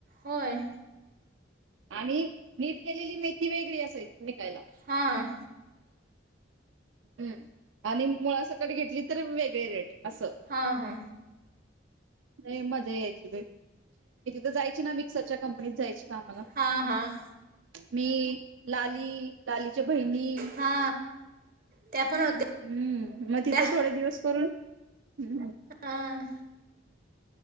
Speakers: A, on the right; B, on the right.
A: होय?
B: आणि नीट केलेली मेथी वेगळी असायची विकायला.
A: हां.
B: हम, आणि मुळा सकट घेतली तर वेगळे रेट असं.
A: हां हा.
B: लय मजा यायची बाई, मी तिथं जायची ना मिक्सरच्या कंप कंपनीत जायची कामाला
A: हां हां.
B: मी, लाली, लालीच्या बहिणी.
A: हा त्या पण होत्या?
B: हम्म, म तिथं
A: त्या
B: थोडे दिवस करून हम
A: हा